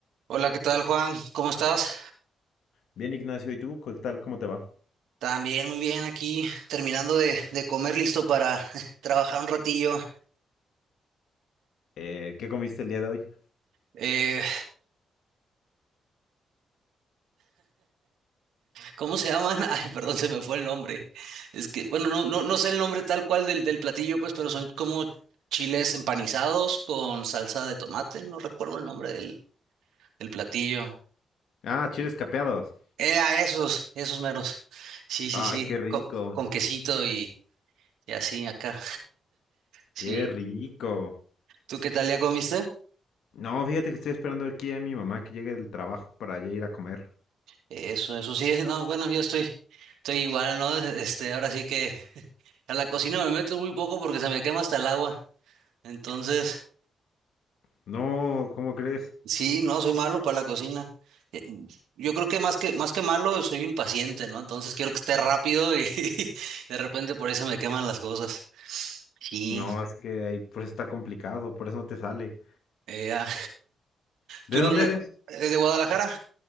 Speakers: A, on the right (about 80°); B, on the left (about 75°).
A: Hola, ¿qué tal, Juan? ¿Cómo estás?
B: Bien, Ignacio, ¿y tú? ¿Qué tal? ¿Cómo te va?
A: También muy bien aquí, terminando de, de comer, listo para <laughs> trabajar un ratillo.
B: Eh, ¿qué comiste el día de hoy?
A: Eh, ¿cómo se llaman? <laughs> Ay, perdón, se me fue el nombre. Es que, bueno, no, no, no sé el nombre tal cual del, del platillo, pues, pero son como chiles empanizados con salsa de tomate. No recuerdo el nombre del, del platillo.
B: Ah, chiles capeados.
A: Eh, a esos, esos meros. Sí, sí,
B: Ay,
A: sí,
B: qué rico.
A: con, con quesito y, y así acá. Sí.
B: Qué rico.
A: ¿Tú qué tal ya comiste?
B: No, fíjate que estoy esperando aquí a mi mamá que llegue del trabajo para ya ir a comer.
A: Eso, eso sí, <laughs> no, bueno, yo estoy, estoy igual, ¿no? <laughs> Este, ahora sí que <laughs> a la cocina me meto muy poco porque se me quema hasta el agua. Entonces,
B: No, ¿cómo crees?
A: sí, no, soy malo para la cocina. Eh, Yo creo que más que, más que malo, soy impaciente, ¿no? Entonces quiero que esté rápido y <laughs> de repente por ahí se me queman las cosas. Sí,
B: No, es que ahí por eso está complicado, por eso no te sale.
A: eh, ah,
B: ¿De
A: ¿tú
B: dónde
A: no le,
B: eres?
A: eh, de Guadalajara?